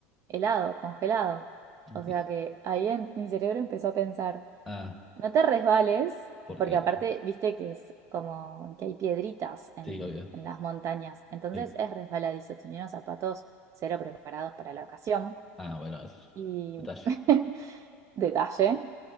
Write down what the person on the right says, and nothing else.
helado, congelado.
O sea que ahí en mi cerebro empezó a pensar.
No te resbales,
porque aparte, viste que es como que hay piedritas en,
en las montañas, entonces
es resbaladizo, tenía unos zapatos cero preparados para la ocasión
y
<laughs> detalle.